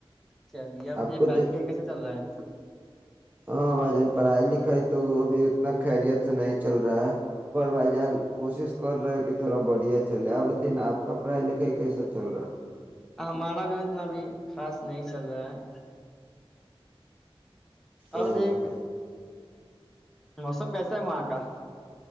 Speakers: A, in the centre; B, on the right.
A: چلیےب
B: آپ
A: یہ
B: کو
A: پ
B: ج...
A: کیسے چل رہا ہے
B: ہاں بھائی جان پڑھائی لکھائی تو وہ ابھی نہ خیریت تو نہیں چل رہا ہے پر بھائی جان کوشش کر رہا ہے کہ تھوڑا بڑھیا چلے آپ بتایے نہ آپ کا پڑھائی لکھائی کے کیسا چل رہا ہے
A: ہمارا بھی اتنا بھی خاص نہیں چل رہا ہے اور
B: او
A: دیکھ موسم کیسا ہے وہاں کا